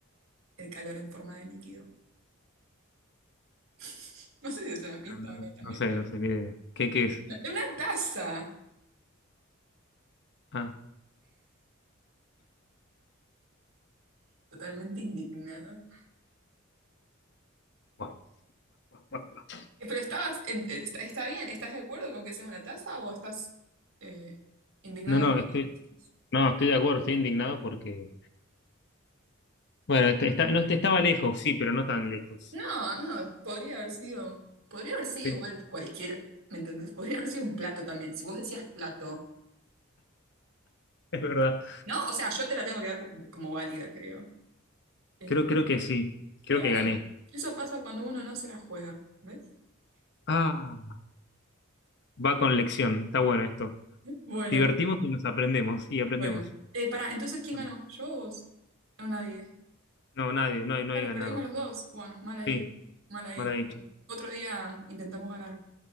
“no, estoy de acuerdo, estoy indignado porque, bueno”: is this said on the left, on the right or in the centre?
Left